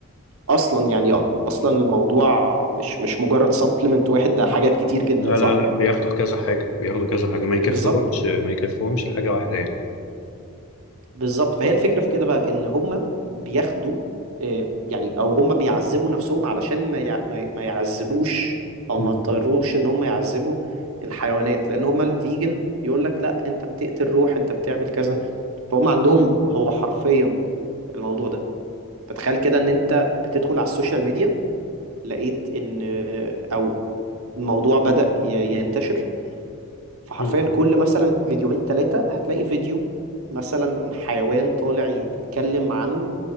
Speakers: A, on the right; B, on the left.
A: اصلا يعني اصلا الموضوع مش مش مجرد سبلمنت واحد ده حاجات كتير جدا
B: لا
A: صح
B: لا لا بياخدوا كذا حاجة بياخدوا كذا حاجة ما يكفهمش
A: بالظبط
B: ما يكفهمش حاجة واحدة يعني
A: بالظبط فهي الفكرة في كده بقى ان هما بياخدوا آه، يعني او هما بيعذبوا نفسهم علشان ما يع- ما ما يعذبوش او
B: مم.
A: ما يضطروش ان هما يعذبوا الحيوانات لان هما الفيجن يقول لك لا انت بتقتل روح انت بتعمل كذا فهم عندهم هو حرفيا الموضوع ده فتخيل كده ان انت بتدخل على السوشيال ميديا لقيت ان آه، او الموضوع بدأ ي- ينتشر فحرفيا
B: مم.
A: كل مثلا فيديوهين ثلاثة هتلاقي فيديو مثلا حيوان طالع يتكلم عن